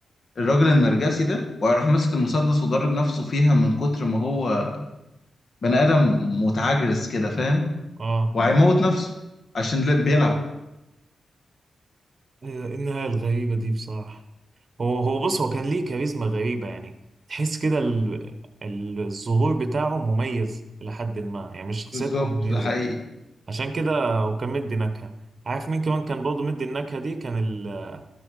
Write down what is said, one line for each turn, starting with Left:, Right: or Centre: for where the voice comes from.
Left: الراجل النرجسي ده وهيروح ماسك المسدس وضارب نفسه فيها من كتر ما هو بني آدم متعجرس كده فاهم
Right: اه
Left: وهيموت نفسه عشان ل- بيلعب
Right: إيه النهاية الغريبة دي بصراحة هو هو بص هو كان ليه كاريزما غريبة يعني تحس كده ال- ال- الظهور بتاعه مميز لحد ما يعني مش شخصيته
Left: بالظبط
Right: مميزة
Left: ده حقيقي
Right: عشان كده هو كان مدي نكهة عارف مين كمان كان برضه مدي النكهة دي كان ال-